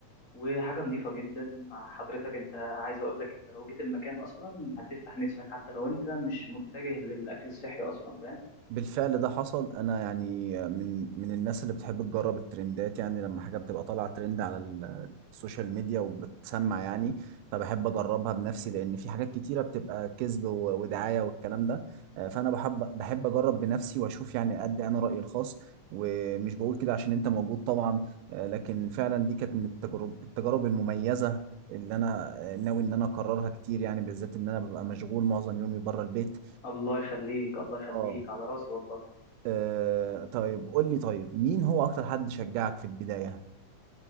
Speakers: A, on the left; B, on the right.
A: وحاجة نظيفة جدا مع حضرتك انت عايز اقول لك انت لو جيت المكان اصلا هتفتح نفسك حتى لو انت مش متجه للأكل الصحي اصلا فاهم
B: بالفعل ده حصل انا يعني من من الناس اللي بتحب تجرب الترندات يعني لما حاجه بتبقى طالعه ترند على ال- السوشيال ميديا وبتسمع يعني فبحب اجربها بنفسي لان في حاجات كتيره بتبقى كذب و- ودعايه والكلام ده آه، فانا بحب بحب اجرب بنفسي واشوف يعني ادي انا رايي الخاص ومش بقول كده عشان انت موجود طبعا آه، لكن فعلا دي كانت من التجارب التجارب المميزه اللي انا آه، ناوي ان انا اكررها كتير يعني بالذات ان انا ببقى مشغول معظم يومي بره البيت
A: الله يخليك الله يخليك
B: اه
A: على راسي والله
B: آه طيب قول لي طيب مين هو اكتر حد شجعك في البداية